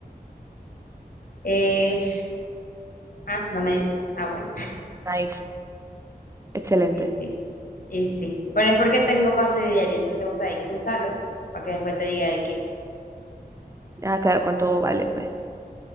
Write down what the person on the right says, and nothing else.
Nice. Excelente.
Ah, claro, cuánto vale, pues.